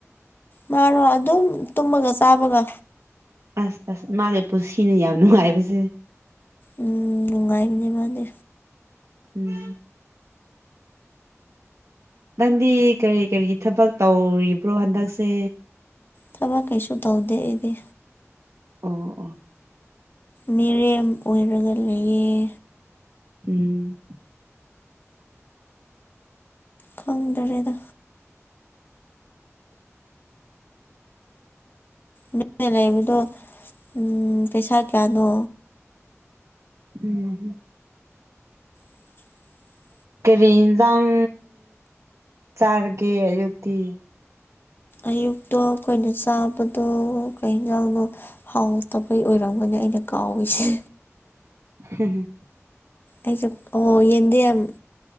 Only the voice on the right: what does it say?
ꯑꯁ ꯑꯁ ꯃꯥꯒꯤ ꯄꯨꯟꯁꯤꯅ ꯌꯥꯝ ꯅꯨꯡꯉꯥꯏꯕꯁꯦ
ꯎꯝ ꯅꯪꯗꯤ ꯀꯔꯤ ꯀꯔꯤꯒꯤ ꯊꯕꯛ ꯇꯧꯔꯤꯕ꯭ꯔꯣ ꯍꯟꯗꯛꯁꯦ
ꯑꯣ ꯑꯣ
ꯎꯝ
ꯎꯝ
ꯀꯔꯤ ꯌꯦꯟꯖꯥꯡ ꯆꯥꯔꯒꯦ ꯑꯌꯨꯛꯇꯤ
ꯍꯝ